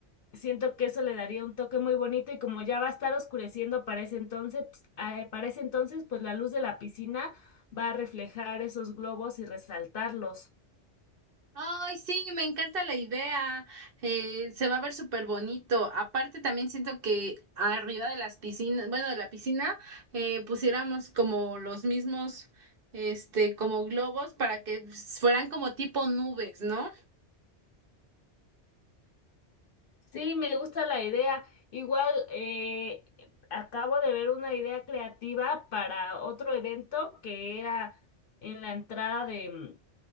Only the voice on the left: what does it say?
Siento que eso le daría un toque muy bonito y como ya va a estar oscureciendo para ese entonces, pues, ah, para ese entonces, pues la luz de la piscina va a reflejar esos globos y resaltarlos.
Sí, me gusta la idea. Igual eh, acabo de ver una idea creativa para otro evento que era en la entrada de,